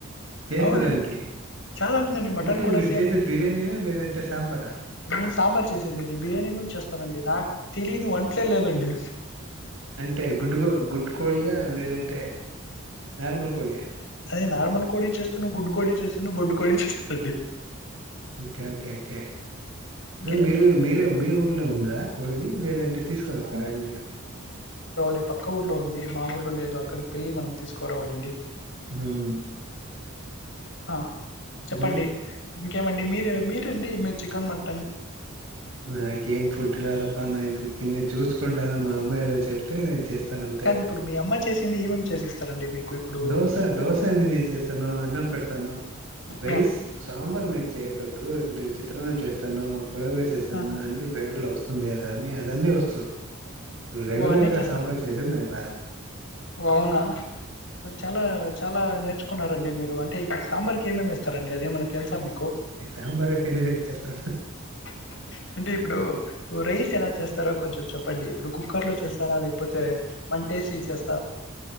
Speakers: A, on the right; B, on the left.
A: చేసేదానికి
B: అవునండి. చాలా ఉందండి మటన్
A: అంటే
B: కూడా
A: మీరు
B: సేమ్.
A: చేసేది బిర్యానీనా లేదంటే సాంబారా
B: నేను సాంబార్ చేసేదండి బిర్యానీ ఎందుకు చేస్తానండి నాకు తెలిదు వంట్లే లేదండి
A: అంటే గుడ్డుకో గుడ్డు కోడీ ఆ లేదంటే నార్మల్ కోడి ఆ
B: అదే నార్మల్ కోడి చేస్తున్నా, గుడ్డు కోడి చేస్తున్నా, బొడ్డు కోడి చేస్తానండి.
A: ఓకే ఓకే ఓకే
B: హే
A: దేల్ మీరు మీరే మీ ఊర్లో ఉంద కోడి లేదంటే తీసుకొస్తారాండి
B: రేపు పక్క ఊర్లో ఉంది మా ఊర్లో లేదు అక్కడికి పోయి మనం తీసుకోరావాలండి
A: హ్మ్
B: ఆ చెప్పండి
A: మరి
B: ఇంకేమండి మీరు మీరండి మీరు చికెన్ మట్
A: నాకేం ఫుడ్ రాదప్ప నా ట్రిక్ కినే చూస్కుంటన మా అమ్మయిదే చెప్తే నేను చేస్తానంతే
B: కాదు
A: ఆ
B: ఇప్పుడు మీ అమ్మ
A: చేసింది
B: ఏమేమి
A: ఏముంది
B: చేసిస్తారండి
A: చెప్పు
B: మీకు ఇప్పుడు
A: దోశ దోశ అని నేను చేస్తాను అన్నం పెడతాను రైస్
B: ఆ
A: సాంబార్ నే చేయకూడదు ఆ చేస్తాను పొలోగోర చేస్తాను
B: ఆ
A: అన్ని పాకెట్ లో వస్తుంది గదా ఆ అదన్నీ వస్తు రెగ్యులర్
B: ఓ అన్నీ
A: గా
B: చేస్తారా
A: సాంబార్ చేసేది నాకు రాద్
B: ఓ అవునా మీరూ చాలా చాలా నేర్చుకున్నారండి మీరు అంటే ఇప్పుడు సాంబార్కి ఏమేం ఎస్తారండి అదేమన్నా తెలుసా మీకు
A: ఎ సాంబారే తెలిదని చెప్తారు హుం
B: టుచ్చు అంటే ఇప్పుడూ రైస్ ఎలా చేస్తారో కొంచెం చెప్పండి ఇప్పుడు కుక్కర్ లో చేస్తారా లేకపోతే మంటే ఎసి చేస్